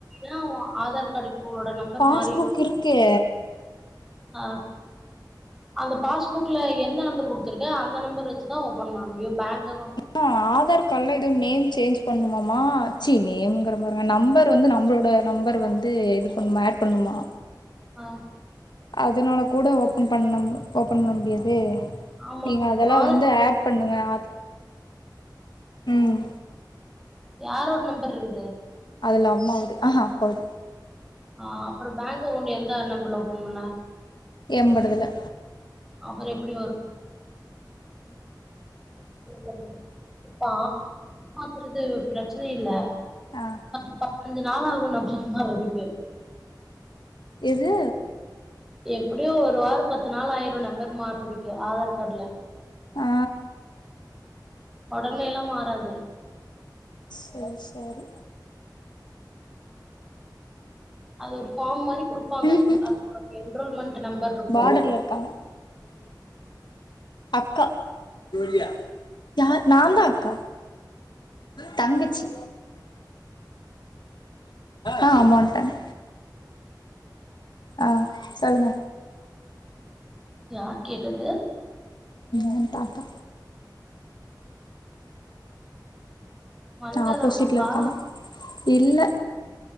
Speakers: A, in the centre; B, on the left.
A: ஏன் ஓன் ஆதார் கார்டுக்கு ஊட நம்பர்
B: பாஸ்புக்
A: மாறி <inaudible>
B: இருக்கே
A: ஆ அந்த பாஸ்புக்ல எந்த நம்பரு குடுத்தருக்க அந்த நம்பரு வச்சுதான் ஓபன் பண்ண முடியூ பேங்க் அக்கவுண்ட்
B: ஆ அ ஆதாரு கால்ல எதோ நேம் சேஞ்ச் பண்ணுமாமா ச்சீ நேம்ங்கிற பாருங்க நம்பர் வந்து நம்மளோட நம்பரு வந் து இது பண்ணுமா ஆட் பண்ணுமா
A: ஆ
B: அதனால கூட ஓபன் பண்ணம் ஓபன் பண்ண முடியாதே
A: ஆமா
B: நீங்க அதெல்லாம்
A: உ ஆதார்
B: வந்து ஆப் பண்ணுங்க ஆ ம்
A: யாரோட் நம்பர்ருது
B: அதுல அம்மாவது ஆஹ்ஹ அப்பாவது
A: ஆ அப்றோ பேங்க் அக்கவுண்ட் எந்த நம்பர்ல ஓபன் பண்ண
B: எம்படுதுல
A: அப்ரோ எப்டி வரும் <inaudible> ஆ பாக்குறது பிரச்சனையே இல்ல
B: ஆ
A: பத்து பதினஞ்சு நாள் ஆகூ நம்ம மாறதுக்கு
B: எது
A: எப்டியு ஒரு வாரோ பத்து நாள் ஆயிரு நம்பர் மாறுரதுக்கே ஆதார் கார்டுல
B: ஆ
A: ஒடனேலா மாறாது
B: செரி செரி
A: அது ஒரு ஃபார்ம் மாறி குடுப்பாங்க
B: ம்ஹூம்
A: அது என்ரோல்மெண்ட் நம்பர் இருக்கு
B: பார்டர்ல இருக்காங்க அக்கா யா நான்தா அக்கா தங்கச்சி ஆ அம்மா வன்ட்டாங்க ஆ சொல்லுங்க
A: யார் கேட்டது
B: எ தாத்தா
A: வன்ட்டாரா
B: ஆப்போசிட்ல
A: உங்க அப்பா
B: இருக்காங்க இல்ல